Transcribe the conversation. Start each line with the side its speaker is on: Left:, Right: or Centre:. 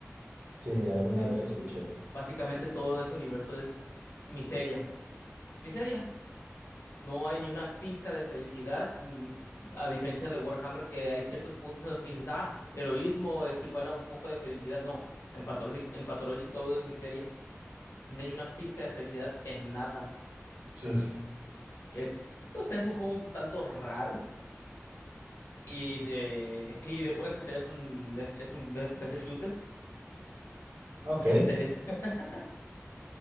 Right: Sí, alguna
Left: Eh,
Right: vez escuché.
Left: básicamente todo ese universo es miseria. Miseria. No hay ni una pizca de felicidad, mm, a diferencia de Warhammer, que hay ciertos puntos en los que dices, ah, heroísmo es igual a un poco de felicidad. No, en Pathologic, en Pathologic todo es miseria. No hay una pizca de felicidad en nada.
Right: Sí.
Left: Es, entonces es un juego un tanto raro y de, <laughs> y de pura casualidad es un, es un FPS shooter.
Right: Ok.
Left: Entonces, <laughs>